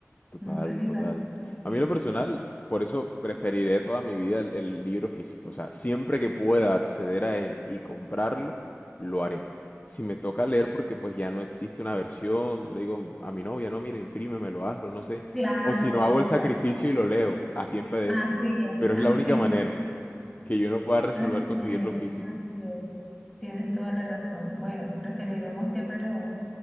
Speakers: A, on the left (about 35°); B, in the centre.
A: Total,
B: No sé si
A: total.
B: sabes. eso.
A: A
B: Sí,
A: mí en lo personal, por eso preferiré toda mi vida el, el libro físico. O sea, siempre que pueda acceder a él y comprarlo, lo haré. Si me toca leer porque pues ya no existe una versión, le digo a mi novia, no, mira, imprímemelo, hazlo, no sé.
B: claro,
A: O si no, hago
B: exacto.
A: el sacrificio y lo leo, así en PDF.
B: Así es,
A: Pero
B: así
A: es la única
B: es.
A: manera que yo no pueda resolver
B: Así
A: conseguirlo
B: es,
A: físico.
B: así es. Tienes toda la razón. Bueno, preferiremos siempre lo,